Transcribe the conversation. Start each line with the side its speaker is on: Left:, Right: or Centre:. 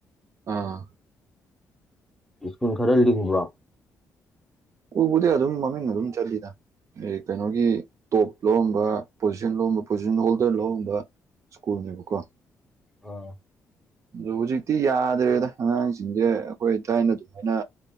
Right: ꯑꯥ
Centre: ꯁ꯭ꯀꯨꯜ ꯈꯔ ꯂꯤꯡꯕ꯭ꯔꯣ
Right: ꯀꯨꯜꯕꯨꯗꯤ ꯑꯗꯨꯝ ꯃꯃꯤꯡ ꯑꯗꯨꯝ ꯆꯠꯂꯤꯗ ꯀꯩꯅꯣꯒꯤ ꯇꯣꯞ ꯂꯧꯔꯝꯕ ꯄꯣꯖꯤꯁꯟ ꯂꯧꯔꯝꯕ ꯄꯣꯖꯤꯁꯟ ꯍꯣꯜꯗꯔ ꯂꯧꯔꯝꯕ ꯁ꯭ꯀꯨꯜꯅꯦꯕꯀꯣ
Centre: ꯑꯥ
Right: ꯑꯗꯨ ꯍꯧꯖꯤꯛꯇꯤ ꯌꯥꯗ꯭ꯔꯦꯗ ꯑꯉꯥꯡꯁꯤꯡꯁꯦ ꯑꯩꯈꯣꯏ ꯊꯥꯏꯅ ꯑꯗꯨꯃꯥꯏꯅ